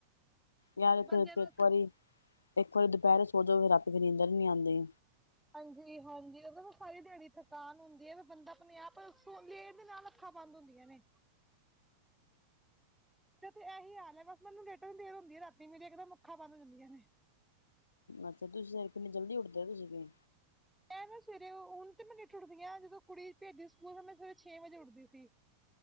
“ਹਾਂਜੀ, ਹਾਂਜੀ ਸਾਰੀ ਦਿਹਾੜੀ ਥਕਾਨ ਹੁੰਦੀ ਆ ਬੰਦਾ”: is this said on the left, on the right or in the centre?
Centre